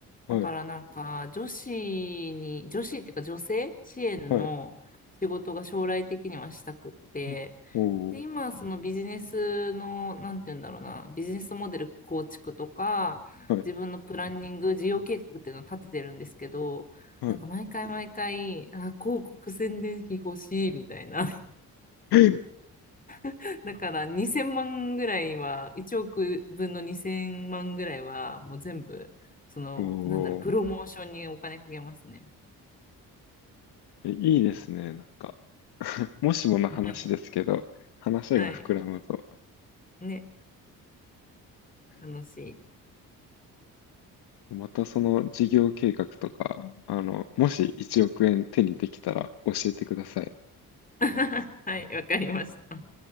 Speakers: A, on the left; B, on the left.
A: だからなんか、
B: はい、
A: 女子に、女子っていうか女性支援の仕事が将来的にはしたくって、
B: はい。うんおお、
A: で、今、そのビジネスの、なんて言うんだろうな、ビジネスモデル構築とか、
B: はい、
A: 自分のプランニング、事業計画っていうのを立ててるんですけど、
B: はい。
A: なんか毎回毎回、あ、広告宣伝費欲しいみたいな。
B: <laughs>
A: <laughs> だから2000万ぐらいは、1億分の2000万ぐらいは、もう全部、その、
B: おお、
A: なんだろう、プロモーションにお金かけますね。
B: えいいですね、なんか。もしもの話ですけど、
A: <laughs>
B: 話が膨らむと、
A: はい。ね、楽しい。
B: またその事業計画とか、あの、もし1億円手にできたら教えてください。
A: <laughs> はい、わかりました。